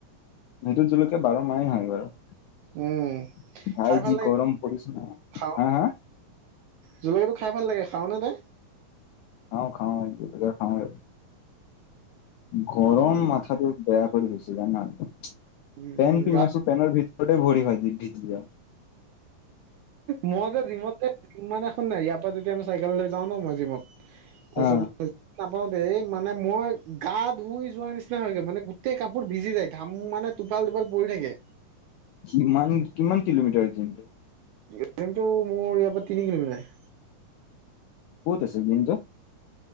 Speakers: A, on the left; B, on the right.
A: সেইটো জলকীয়া বাৰ মাহে হয় বাৰু।
B: উম
A: ভাই
B: খাই ভাল
A: যি
B: লাগে
A: গৰম পৰিছে ন
B: খাওঁ
A: হাঁ হাঁ
B: জলকীয়াটো খাই ভাল লাগে খাওঁ নে তই।
A: খাওঁ খাওঁ জলকীয়া খাওঁ আৰু। গৰম
B: উম
A: মাথাটো বেয়া কৰি দিছেজানা পেন
B: উম
A: পিন্ধি
B: গা
A: আছো পেনৰ ভিতৰত। তোৰে ভৰি ভাজি ভিজগিয়া।
B: মই যে জিমতে মানে। নাই ইয়াৰ পৰা যেতিয়া মই চাইকেললৈ যাওঁ ন মই জিমত তাৰছ
A: অ
B: এই মানে মই গা ধুই যোৱা নিচিনা হৈ গৈ মানে গোটেই কাপোৰ ভিজি যায় ঘাম মানেটো। টুপাল টুপাল পৰি থাকে।
A: কিমান কিমান কিলোমিটাৰ জিমটো।
B: জিমটো মোৰ ইয়াৰ পৰা তিনি কিলোমিটাৰ।
A: ক'ত আছে দিনটো।